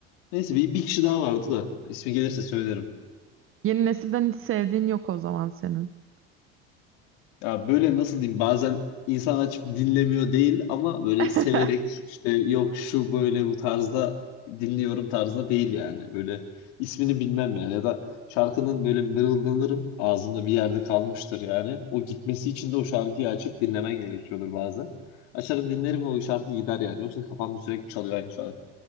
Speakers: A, on the left; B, on the right.
A: Neyse bir, bir kişi daha vardı da ismi gelirse söylerim.
B: Yeni nesilden hiç sevdiğin yok o zaman senin.
A: Ya böyle nasıl diyeyim bazen insan açıp dinlemiyor değil ama böyle
B: <laughs>
A: severek işte yok şu böyle bu tarzda dinliyorum tarzda değil yani. Böyle ismini bilmem yani ya da şarkının böyle mırıldanırım ağzımda bir yerde kalmıştır yani. O gitmesi için de o şarkıyı açıp dinlemen gerekiyordur bazen. Açarım dinlerim ve o şarkı gider yani. Yoksa kafamda sürekli çalıyor aynı şarkı.